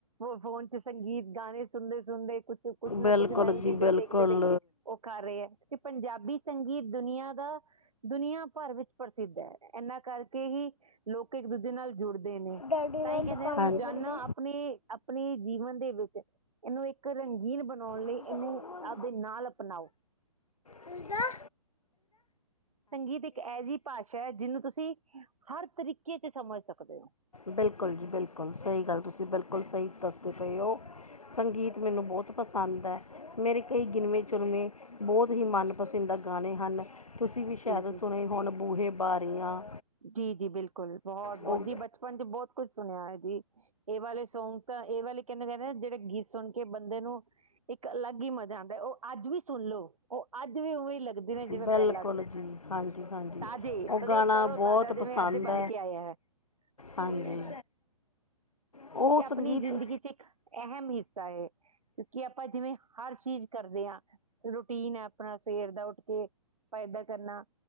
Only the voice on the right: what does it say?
ਉਹ ਫੋਨ ਚ ਸੰਗੀਤ ਗਾਣੇ ਸੁਣਦੇ-ਸੁਣਦੇ ਕੁਛ ਕੁੱਛ ਨਾ
ਕੁਛ ਨਵੀਂ ਚੀਜ਼ਾਂ
ਦੇਖਦੇ ਦੇਖ ਉਹ ਕਰ ਰਹੇ ਹੈ ਕਿ ਪੰਜਾਬੀ ਸੰਗੀਤ ਦੁਨੀਆਂ ਦਾ ਦੁਨੀਆਂ ਭਰ ਵਿੱਚ ਪ੍ਰਸਿੱਧ ਹੈ ਇਹਨਾ ਕਰਕੇ ਹੀ ਲੋਕ ਇੱਕ ਦੂਜੇ ਨਾਲ ਜੁੜਦੇ ਨੇ।
ਤਾਂਈ
ਕਹਿੰਦੇ
ਰੋਜ਼ਾਨਾ
ਆਪਣੇ ਆਪਣੇ ਜੀਵਨ ਦੇ ਵਿੱਚ ਇਹਨੂੰ ਇੱਕ ਰੰਗੀਨ ਬਣਾਉਣ ਲਈ
ਇਹਨੂੰ ਆਪਦੇ ਨਾਲ ਅਪਣਾਓ
ਸੰਗੀਤ ਇੱਕ ਐਹੇਜੀ ਭਾਸ਼ਾ ਹੈ, ਜਿਹਨੂੰ ਤੁਸੀਂ ਹਰ ਤਰੀਕੇ ਚ ਸਮਝ ਸਕਦੇ ਹੋ।
ਜੀ ਜੀ
ਜੀ ਜੀ, ਬਿਲਕੁਲ। ਬਹੁਤ-ਬਹੁਤ
ਬਚਪਨ ਚ ਬਹੁਤ ਕੁਛ ਸੁਣਿਆ ਹੈ, ਜੀ। ਇਹ ਵਾਲੇ ਸੌਂਗ ਤਾਂ ਇਹ ਵਾਲੇ ਕਹਿੰਦੇ ਨੇ ਨਾ ਜਿਹੜੇ ਗੀਤ ਸੁਣ ਕੇ ਬੰਦੇ ਨੂੰ ਇੱਕ ਅਲੱਗ ਹੀ ਮਜ਼ਾ ਆਂਦਾ, ਉਹ ਅੱਜ ਵੀ ਸੁਣ ਲੋ, ਉਹ ਅੱਜ ਵੀ ਉਹੀ ਲੱਗ ਜਿਵੇਂ- ਜਿਵੇਂ
ਪਹਿਲਾਂ ਸੀ
ਤਾਜ਼ੇ
ਤਦੋਂ
ਤੋਂ
ਤਾਜ਼ਾ ਜਿਵੇਂ
ਅੱਜ ਬਣ ਕੇ ਆਇਆ ਹੈ ਸਹੀ
ਗੱਲ ਹੈ।
ਇਹ ਆਪਣੀ
ਜ਼ਿੰਦਗੀ'ਚ ਇੱਕ ਅਹਿਮ ਹਿੱਸਾ ਏ। ਕਿਉਂਕਿ ਆਪਾਂ ਜਿਵੇਂ ਹਰ ਚੀਜ਼ ਕਰਦੇ ਹਾਂ ਰੂਟੀਨ ਹੈ ਆਪਣਾ ਸਵੇਰ ਦਾ ਉੱਠ ਕੇ ਆਪਾਂ ਏਦਾਂ ਕਰਨਾ